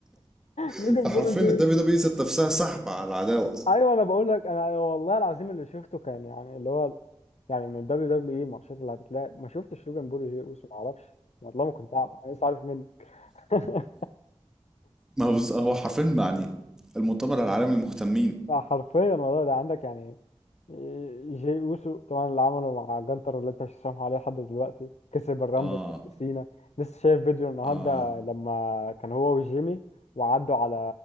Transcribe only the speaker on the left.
لوجان
بول وجيرز
<laughs>
ايوه انا بقول لك انا أنا والله العظيم اللي شفته كان يعني اللي هو يعني من ال WWE الماتشات اللي هتتلعب ما شفتش لوجان بول وجي اوسو ما اعرفش والله ما كنت اعرف انا لسه عارف منه <laughs>
حرفيا والله ده عندك يعني إيه، جي اوسو طبعا اللي عمله مع جانتر اللي انت مش سامحه عليه لحد دلوقتي كسب الرامبل
ضد سينا لسه شايف فيديو اه النهارده
لما كان هو وجيمي وعدوا على